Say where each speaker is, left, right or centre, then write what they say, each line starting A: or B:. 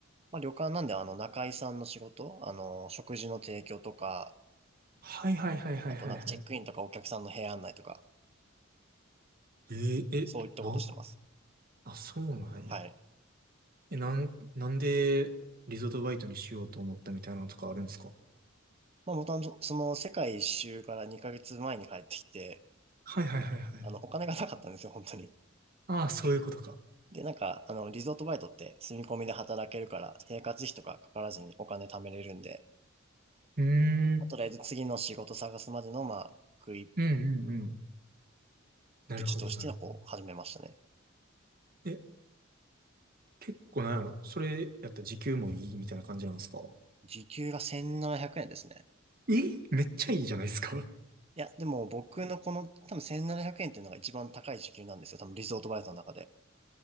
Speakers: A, on the right; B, on the right.
A: まあ旅館なんであの中居さんの仕事、あの、食事の提供とか、
B: はいはいはいはいはいはい。
A: あとなんかチェックインとかお客さんの部屋案内とか、
B: えー、え、
A: そういったことしてます。
B: な、あ、そうなんや。
A: はい。
B: え、なん、なんで、リゾートバイトにしようと思ったみたいなのとかあるんですか
A: まあ元々その世界一周から2ヶ月前に帰ってきて、
B: はいはいはいはい。
A: あの、お金がなかったんですよ、本当に。
B: ああ、そういうことか。
A: で、なんか、あの、リゾートバイトって住み込みで働けるから、生活費とかかからずにお金貯めれるんで、
B: うーん。
A: まあとりあえず次の仕事探すまでの、まあ、食いっ
B: うんうんうん。なるほどなるほど。
A: ぷちとして、こう、始めましたね。
B: え、結構なんやろ。それやったら時給もいいみたいな感じなんですか
A: 時給が1700円ですね。
B: え、めっちゃいいじゃないですか。
A: いや、でも僕のこの多分1700円っていうのが一番高い時給なんですよ。多分リゾートバイトの中で。